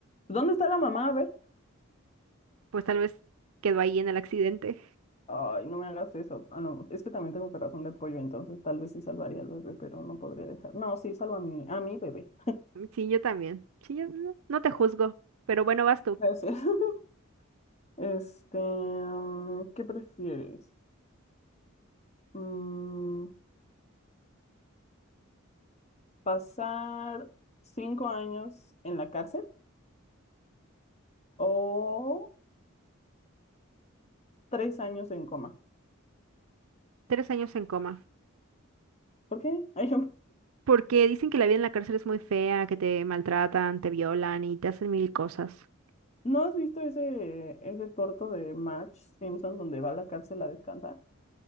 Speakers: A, on the left; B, on the right.
A: ¿dónde está la mamá? A ver.
B: Pues tal vez quedó ahí en el accidente.
A: Ay, no me hagas eso. Ah, no, es que también tengo corazón de pollo, entonces tal vez sí salvaría al bebé, pero no podría dejar. No, sí, salvo a mi, a mi bebé.
B: Sí, yo también. Sí, yo no no te juzgo. Pero bueno, vas tú.
A: Gracias. <laughs> Este, mm, ¿qué prefieres? Mm, ¿pasar cinco años en la cárcel o tres años en coma.
B: Tres años en coma.
A: ¿Por qué? <laughs> Ay,
B: Porque dicen que la vida en la cárcel es muy fea, que te maltratan, te violan y te hacen mil cosas.
A: ¿No has visto ese, ese corto de Match Simpson donde va a la cárcel a descansar?